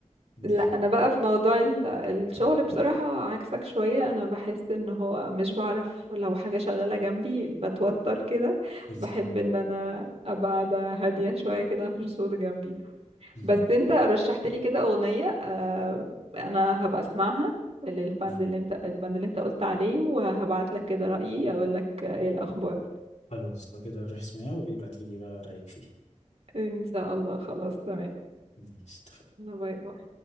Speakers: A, on the left; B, on the right.
A: دي
B: لا
A: حاجة
B: انا بقى في موضوع ال- الشغل بصراحة عكسك شوية انا بحس ان هو مش بعرف لو حاجة شغالة جنبي بتوتر كده بحب
A: يعني
B: ان انا ابقى قاعدة هادية شوية كده مفيش صوت جنبي
A: مهم.
B: بس انت رشحت لي كده اغنية آه، انا هبقى اسمعها للبند
A: دي.
B: اللي انت البند اللي انت قلت عليه وهبعت لك كده رأيي اقول لك ايه الاخبار
A: خلاص لو كده روح اسمعها وبيبعتيلي بقى رأيك فيها
B: ان شاء الله خلاص تمام
A: ماشي اتفقنا.
B: باي باي